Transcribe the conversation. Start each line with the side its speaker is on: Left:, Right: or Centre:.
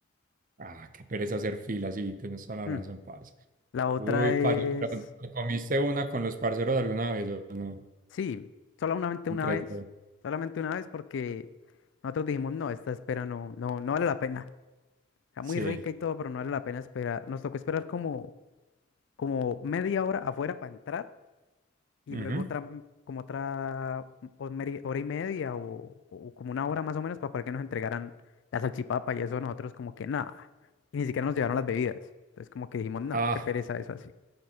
Right: Ah, qué pereza hacer filas, sí, tienes toda la
Left: Mm.
Right: razón, parce.
Left: La otra
Right: Uy, parce,
Left: es,
Right: pero ¿te comiste una con los parceros de alguna vez o no?
Left: sí, solamente
Right: Entre
Left: una vez,
Right: todo.
Left: solamente una vez porque nosotros dijimos, no, esta espera no, no, no vale la pena. Está
Right: Sí.
Left: muy rica y todo, pero no vale la pena esperar. Nos tocó esperar como, como media hora afuera para entrar y
Right: ujú.
Left: luego otra, m- como otra o meri- hora y media o, o como una hora más o menos para, para que nos entregaran la salchipapa y eso nosotros como que nada. Y ni siquiera nos llevaron las bebidas. Entonces como que dijimos, no,
Right: Ah,
Left: qué pereza eso así.